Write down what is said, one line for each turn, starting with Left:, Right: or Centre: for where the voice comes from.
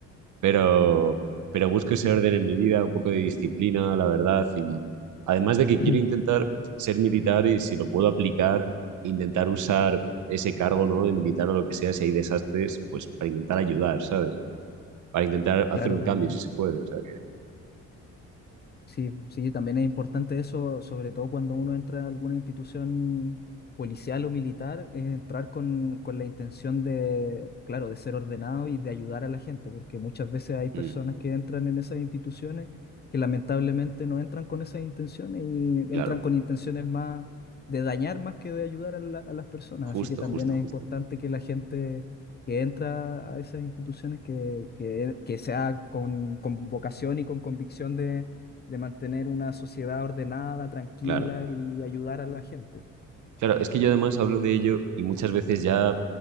Right: Pero, pero busco ese orden en mi vida, un poco de disciplina, la verdad. Y además de
Left: <clears throat>
Right: que quiero intentar ser militar y si lo puedo aplicar, intentar usar ese cargo, ¿no? De militar o lo que sea, si hay desastres, pues para intentar ayudar, ¿sabes? para intentar hacer
Left: Claro,
Right: un
Left: también.
Right: cambio si se puede. O sea
Left: Sí, sí, también es importante eso, sobre todo cuando uno entra a alguna institución policial o militar, es entrar con, con la intención de, claro, de ser ordenado y de ayudar a la gente, porque muchas veces hay personas
Right: que, mm,
Left: que entran en esas instituciones que lamentablemente no entran con esas intenciones y
Right: claro,
Left: entran con intenciones más de dañar más que de ayudar a la- a las personas. Así
Right: justo,
Left: que también
Right: justo,
Left: es
Right: justo.
Left: importante que la gente que entra a esas instituciones que, que, que sea con, con vocación y con convicción de de mantener una sociedad ordenada, tranquila
Right: Claro.
Left: y ayudar a la gente.
Right: Claro, es que yo además hablo de ello y muchas veces ya